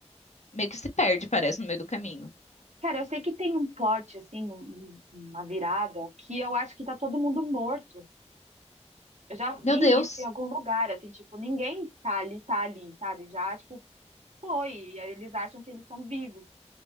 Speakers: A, on the left (about 75°); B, on the right (about 80°).
A: meio que se perde, parece, no meio do caminho.
B: Cara, eu sei que tem um plot, assim, um- um- uma virada, que eu acho que tá todo mundo morto. Eu já vi
A: Meu Deus!
B: isso em algum lugar, assim, tipo, ninguém tá ali, tá ali, sabe? Já, tipo, foi. E aí eles acham que eles estão vivos.